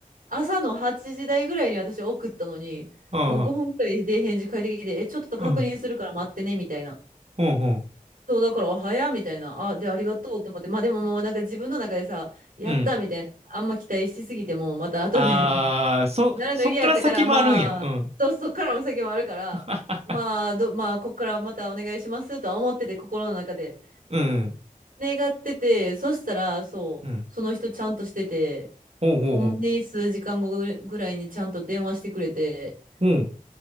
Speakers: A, on the right; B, on the right.
A: 朝の8時台ぐらいに私送ったのに、
B: うん。
A: もう5分くらいで返事返ってきて、え、ちょっと確認するから待ってね、
B: うん。
A: みたいな。
B: ほうほう。
A: そう、だから、あ早っみたいな。あ、で、ありがとうって思って。まあでももうなんか自分の中でさ、やったみたいな。
B: うん。
A: あんま期待しすぎても、また後で
B: あー、
A: <laughs>
B: そ、
A: なるの嫌やったから、
B: そっから先もあるんや。
A: まあ、
B: うん。
A: そう、そっからも先もあるから、
B: <laughs>
A: まあ、
B: あ、
A: ど、まあ、こっからまたお願いしますとは思ってて、心の中で。
B: うん。
A: 願ってて、そしたら、そう、
B: うん。
A: その人ちゃんとしてて、
B: ほうほうほう。
A: ほんまに数時間後ぐらいにちゃんと電話してくれて、
B: ほう。